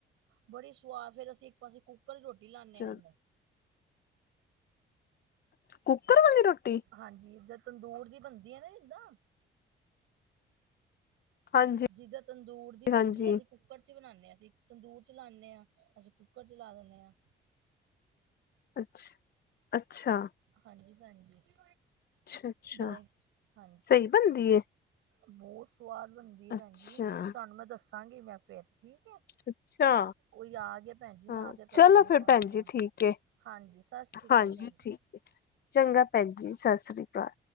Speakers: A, on the right; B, on the left.
A: ਬੜੀ ਸੁਆਦ ਫੇਰ ਅਸੀਂ ਇੱਕ ਪਾਸੇ ਕੁੱਕਰ ਰੋਟੀ ਲੈਣੇ
B: ਚਲ
A: ਆ ਇਧਰ।
B: ਕੁੱਕਰ ਵਾਲੇ ਰੋਟੀ।
A: ਹਾਂਜੀ ਜਦ ਤੰਦੂਰ ਦੀ ਬਣਦੀ ਆ ਨਾ ਜਿੱਦਾਂ।
B: ਹਾਂਜੀ,
A: ਜਿੱਦਾਂ ਤੰਦੂਰ ਦੀ
B: ਹਾਂਜੀ
A: ਬਣਦੀ ਹੈਗੀ ਕੁੱਕਰ। ਕੁੱਕਰ ਚ ਬਣਾਂਦੇ ਆ ਅਸੀਂ ਤੰਦੂਰ ਚ ਲਾਂਦੇ ਆ ਅਸੀਂ ਕੁੱਕਰ ਚ ਲਾ ਦਿੰਦੇ ਹਾਂ।
B: ਅੱਛਾ ਅੱਛਾ
A: ਹਾਂਜੀ ਭੈਣਜੀ
B: ਅੱਛਾ, ਅੱਛਾ
A: ਬਾਏ ਹਾਂਜੀ
B: ਸਹੀ ਬਣਦੀ ਏ
A: ਬਹੁਤ ਸਵਾਦ ਬਣਦੀ ਆ ਭੈਣ
B: ਅੱਛਾ,
A: ਜੀ ‌ਤੁਹਾਨੂੰ ਮੈਂ ਦੱਸਾਂਗੀ ਮੈਂ ਫਿਰ ਠੀਕ ਹੈ।
B: ਅੱਛਾ
A: ਕੋਈ ਆ ਗਿਆ ਭੈਣ ਜੀ ਮੈਂ
B: ਹਾਂ
A: ਆ ਕੇ ਕਰਦੀ
B: ਚਲੋ
A: ਹੈ
B: ਫਿਰ
A: ਤੁਹਾਨੂੰ
B: ਭੈਣ
A: ਫੋਨ
B: ਜੀ ਠੀਕ ਏ
A: ਹਾਂਜੀ ਸਤਿ ਸ੍ਰੀ ਅਕਾਲ
B: ਹਾਂਜੀ
A: ਭੈਣ ਜੀ।
B: ਠੀਕ ਏ ਚੰਗਾ ਭੈਣ ਜੀ ਸਤਿ ਸ੍ਰੀ ਅਕਾਲ